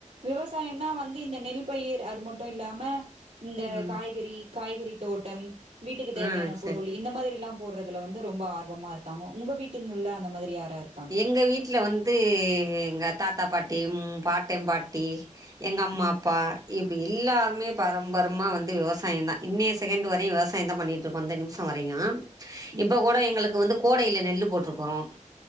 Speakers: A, on the right (about 70°); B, on the right (about 25°).
A: விவசாயம்னா வந்து இந்த நெல் பயிர் அது மட்டு இல்லாம இந்த
B: ம்
A: காய்கறி காய்கறி தோட்டம் வீட்டுக்கு தேவையான
B: ம் சரி
A: பொருள் இந்த மாதிரில்லாம் போடுறதுல வந்து ரொம்ப ஆர்வமா இருக்காங்க உங்க வீட்டுங்கள்ள அந்த மாதிரி யாராரு
B: எங்க வீட்டுல வந்து எங்க தாத்தா பாட்டி ம் பாட்டன் பாட்டி எங்க அம்மா
A: ம்
B: அப்பா இப்ப எல்லாருமே பாரம்பரமா வந்து விவசாய தான் இன்னைய செகண்ட் வரையு விவசாயதான் பண்ணிட்டு ருக்கோம் இந்த நிமிஷம் வரையூ
A: ம்
B: இப்ப கூட எங்களுக்கு வந்து கோடைல நெல்லு போட்டிருக்கறோம்